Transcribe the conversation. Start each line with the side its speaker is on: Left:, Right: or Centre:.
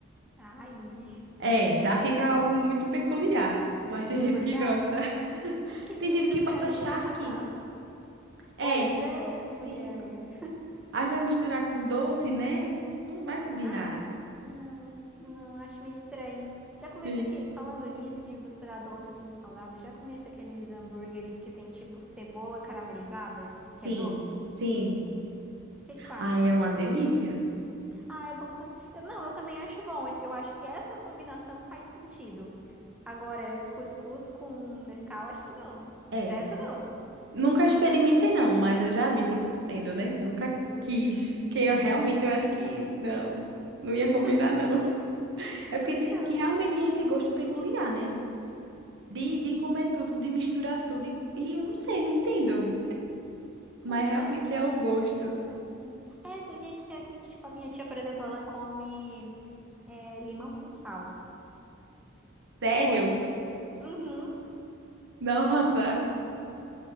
Centre: Ai,
Right: É, já fica algo muito peculiar. Mas tem
Centre: é
Right: gente
Centre: verdade.
Right: que gosta. <laughs>
Centre: É porque
Right: Tem
Centre: milho
Right: gente que bota
Centre: pra mim
Right: charque.
Centre: é salgado.
Right: É,
Centre: Pois é, mulher.
Right: sim. Aí vai misturar com doce, né? Não vai combinar.
Centre: Ai, não, não, acho meio estranho. Já comecei
Right: Sim.
Centre: aqui, falando nisso de misturar doce com salgado, já comecei aqueles hambúrgueres que tem tipo cebola caramelizada, que
Right: Sim,
Centre: é doce. O
Right: sim.
Centre: que que tu acha?
Right: Aí é uma delícia.
Centre: Ah, é bom também. Eu- não, eu também acho bom. Eu acho que essa combinação faz sentido. Agora, cuscuz com Nescau, acho que não.
Right: É.
Centre: Essa não.
Right: Nunca experimentei, não, mas eu já vi gente comendo, né? Nunca
Centre: Ui,
Right: quis. Porque eu realmente
Centre: Eu acho que eu não
Right: eu acho
Centre: quero
Right: que
Centre: também.
Right: não, não ia
Centre: <laughs>
Right: combinar, não. <laughs> É
Centre: Então,
Right: porque tem gente que realmente tem esse gosto peculiar, né? De, de comer tudo, de misturar tudo. E, e eu não sei, não entendo.
Centre: pois
Right: Mas realmente
Centre: é, tem
Right: é
Centre: gente
Right: o gosto.
Centre: que é assim. É, tem gente que é assim, tipo, a minha tia, por exemplo, ela come é, limão com sal,
Right: Sério?
Centre: puro. Uhum.
Right: <laughs> Nossa.